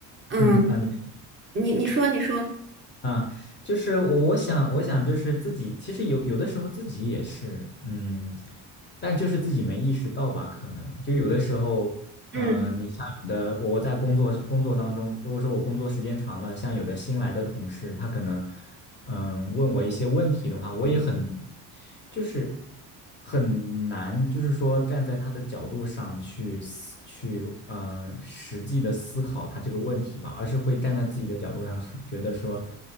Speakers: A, on the right (about 25°); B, on the left (about 25°).
A: 嗯，
B: 嗯啊，你。
A: 你你说你说，
B: 啊，就是我想，我想就是自己，其实有有的时候自己也是，嗯，但就是自己没意识到吧，可能就有的时候，呃，
A: 嗯
B: 你像有的我在工作工作当中，如果说我工作时间长了，像有的新来的同事，他可能，嗯，问我一些问题的话，我也很，就是很难，就是说站在他的角度上去思去，呃，实际的思考他这个问题吧，而是会站在自己的角度上说，觉得说。